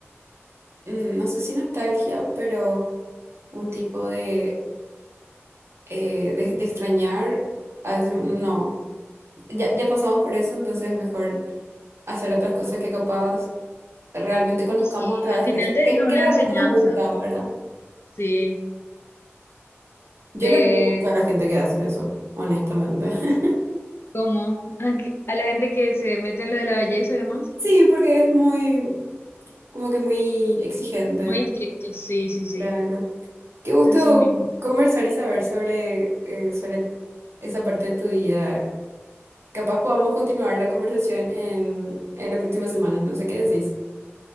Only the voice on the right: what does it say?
mm, no sé si nostalgia, pero un tipo de, eh, de, de extrañar, a- veces, no, ya, ya pasamos por eso, entonces es mejor hacer otras cosas que capaz realmente conozcamos
a través
de eso,
que, que
realmente
nos gusta verdad
Yo
le tengo gusto a la gente que hace eso, honestamente. <laughs>
Sí, porque es muy, como que muy exigente.
Claro. Qué gusto
conversar y saber sobre, eh, sobre esa parte de tu vida. Capaz podamos continuar la conversación en, en la próxima semana, no sé qué decís.